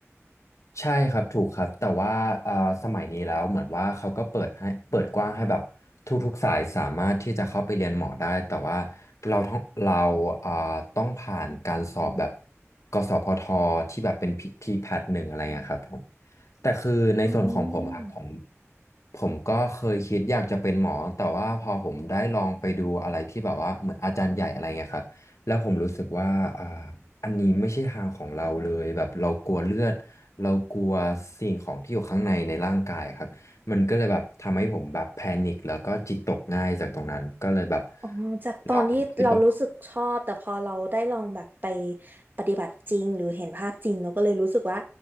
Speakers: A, on the left (about 80°); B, on the right (about 40°).
A: ใช่ครับถูกครับแต่ว่าอ่าสมัยนี้แล้วเหมือนว่าเขาก็เปิดให้เปิดกว้างให้แบบทุกๆสายสามารถที่จะเข้าไปเรียนหมอได้แต่ว่าเราต้องเราอ่าต้องผ่านการสอบแบบกสพทที่แบบเป็นทีแพทหนึ่งอะไรเงี้ยครับผมแต่คือในส่วนของผมอะครับผม
B: อืม
A: ผมก็เคยคิดอยากจะเป็นหมอแต่ว่าพอผมได้ลองไปดูอะไรที่แบบว่าเหมือนอาจารย์ใหญ่อะไรเงี้ยครับแล้วผมรู้สึกว่าอ่า อันนี้ไม่ใช่ทางของเราเลยแบบเรากลัวเลือดเรากลัวสิ่งของที่อยู่ข้างในในร่างกายครับมันก็เลยแบบทำให้ผมแบบแพนิคแล้วก็จิตตกง่ายจากตรงนั้นก็เลยแบบ
B: อ๋อจากตอนที่เรารู้สึกชอบแต่พอเราได้ลองแบบไป
A: ลองคิดว่า
B: ปฏิบัติจริงหรือเห็นภาพจริงเราก็เลยรู้สึกว่า